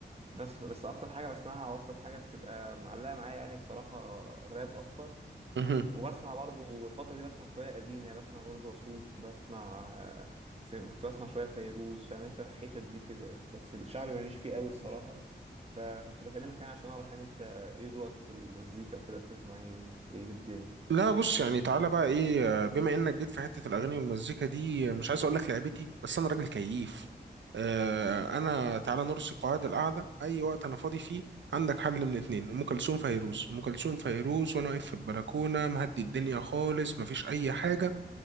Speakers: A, on the right; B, on the right.
A: بس بس اكتر حاجه بسمعها واكتر حاجه بتبقى معلقه معايا يعني الصراحه الراب اكتر
B: مهم.
A: وبسمع برضو الفترة دي بسمع شوية قديم يعني بسمع جورج وسوف بسمع آه، سم- كنت بسمع شوية فيروز فاهم انت الحتت دي كده بس الشعبي ماليش فيه قوي الصراحة فكنت بكلمك يعني عشان اعرف يعني انت ايه ذوقك في المزيكا وكده بتسمع ايه وايه الدنيا
B: لا بص يعني تعالى بقى ايه آه، بما انك جيت في حته الاغاني والمزيكا دي آه، مش عايز اقول لك لعبتي بس انا راجل كييف آه، انا تعالى نرسي قواعد القعده اي وقت انا فاضي فيه عندك حل من اتنين ام كلثوم فيروز ام كلثوم فيروز وانا واقف في البلكونه مهدي الدنيا خالص مفيش اي حاجه